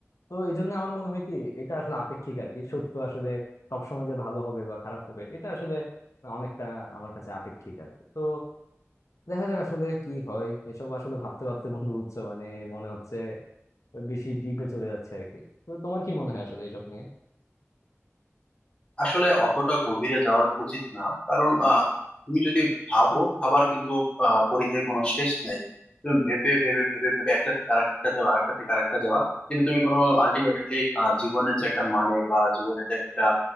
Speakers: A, on the left (about 85°); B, on the left (about 20°).
A: তো এই জন্য আমার মনে হয় কি এটা আসলে আপেক্ষিক আর কি সত্য আসলে সবসময় যে ভালো হবে বা খারাপ হবে এটা আসলে অনেকটা আমার কাছে আপেক্ষিক আর কি। তো দেখা যাক আসলে কি হয় এসব আসলে ভাবতে ভাবতে বন্ধু বুঝছো মানে মনে হচ্ছে বেশি ডিপে চলে যাচ্ছে আর কি তো তোমার কি মনে হয় আসলে এইসব নিয়ে
B: আসলে অতটা গভীরে যাওয়ার উচিত না কারণ আহ, তুমি যদি ভাবো ভাবার কিন্তু আহ, পরিধেয় কোনো শেষ নাই তুমি ভেবে ভেবে ভেবে ভেবে একটা থেকে আরেকটা যাবে আরেকটা থেকে আরেকটা যাবা কিন্তু তুমি কোনো আলটিমেটলি জীবনের যে একটা মানে বা জীবনের যে একটা